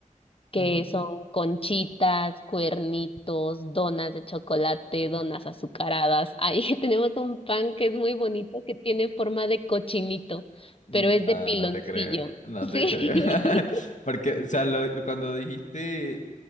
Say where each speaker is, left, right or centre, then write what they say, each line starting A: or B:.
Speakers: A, on the left; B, on the left.
A: que
B: Ujú.
A: son conchitas, cuernitos, donas de chocolate, donas azucaradas. Ahí <laughs> tenemos un pan que es muy bonito, que tiene forma de cochinito,
B: Nah,
A: pero es de piloncillo.
B: no te creo, no
A: Sí.
B: te creo. <laughs> Porque, o sea, lo- lo- cuando dijiste